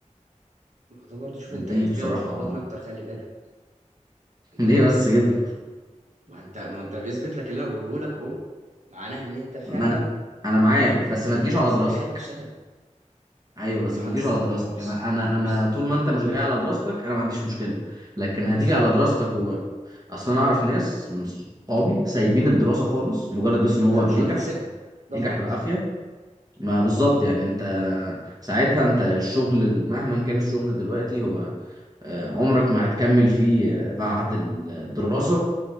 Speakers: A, on the right (about 65°); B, on the right (about 30°).
A: ده برضه شوف انت
B: دي
A: انت
B: بصراحة
A: كده بتلخبطني اكتر خلي بالك
B: <laughs>
A: انت
B: ليه
A: كده
B: بس
A: بتلخبطني
B: كده؟
A: اكتر ما انت ما انت بيثبت لك اللي انا بقوله لك اهو معناه ان انت فعلا
B: ما أنا أنا معاك
A: في الفتره
B: بس ما
A: دي
B: تجيش على
A: لازم
B: دراستك
A: تحاول تشتغل
B: أيوه بس
A: ما
B: ما
A: انت
B: تجيش
A: زي...
B: على دراستك
A: ما هو بص
B: أنا أنا أنا
A: بص
B: طول ما أنت مش جاي على دراستك أنا ما عنديش مشكلة لكن هتيجي
A: بص
B: على دراستك و... أصلا أنا أعرف
A: مم.
B: ناس من صحابي
A: مم.
B: سايبين الدراسة
A: مم.
B: خالص مجرد بس إن هو
A: لا مش
B: بينجح
A: هتقدر تسيبها ده
B: بينجح
A: غلط
B: بالعافية ما بالظبط
A: ده غلط
B: يعني أنت ساعتها أنت الشغل مهما كان الشغل دلوقتي هو آه، عمرك ما هتكمل فيه آه، بعد الدراسة